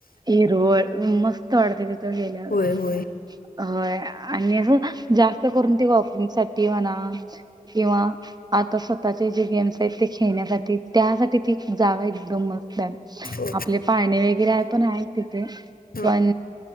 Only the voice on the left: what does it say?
होय होय
हो
हा